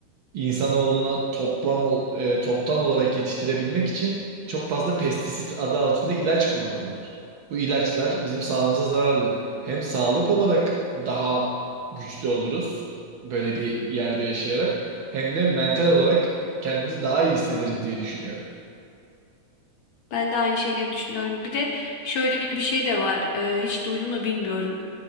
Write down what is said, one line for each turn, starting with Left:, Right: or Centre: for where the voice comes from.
Right: İnsanoğlu'na toplam ol- e, toptan olarak yetiştirebilmek için çok fazla pestisit adı altında ilaç kullanıyorlar. Bu ilaçlar bizim sağlığımıza zararlı. Hem sağlık olarak daha güçlü oluruz böyle bir yerde yaşayarak hem de mental olarak kendimizi daha iyi hissederiz diye düşünüyorum.
Left: Ben de aynı şeyleri düşünüyorum. Bir de şöyle bir şey de var. Ee, hiç duydun mu bilmiyorum.